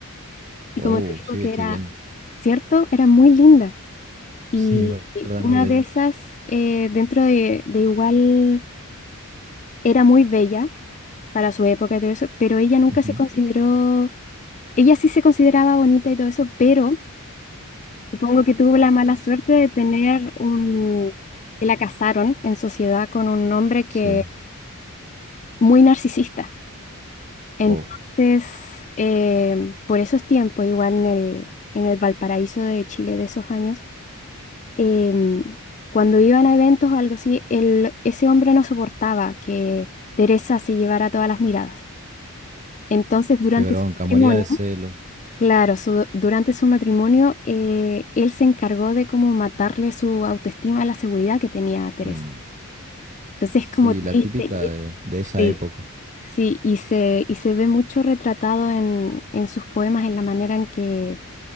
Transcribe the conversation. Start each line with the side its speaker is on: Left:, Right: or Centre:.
Left: Y
Right: Wow,
Left: como te digo
Right: sí,
Left: que
Right: estoy
Left: era
Right: viendo. <laughs>
Left: cierto, era muy linda. Y
Right: Sí, es ver-
Left: y
Right: verdad,
Left: una
Right: es muy bella.
Left: de esas, eh, dentro de, de igual, era muy bella para su época y todo eso, pero ella nunca
Right: Ujú,
Left: se consideró, ella sí se consideraba bonita y todo eso, pero supongo que tuvo la mala suerte de tener un, que la casaron en sociedad con un hombre que
Right: Sí.
Left: muy narcisista. Entonces,
Right: Uf,
Left: eh, por esos tiempos, igual en el, en el Valparaíso de Chile de esos años, em, cuando iban a eventos o algo así, el- ese hombre no soportaba que Teresa se llevara todas las miradas. Entonces, durante
Right: qué bronca,
Left: su matrimonio,
Right: moría de celos.
Left: claro, su- durante su matrimonio, eh, él se encargó de como matarle su autoestima a la seguridad que tenía Teresa.
Right: Mm,
Left: Entonces, es como
Right: Sí,
Left: triste.
Right: la típica
Left: y-
Right: de, de esa
Left: Sí.
Right: época.
Left: Sí, y se, y se ve mucho retratado en, en sus poemas, en la manera en que,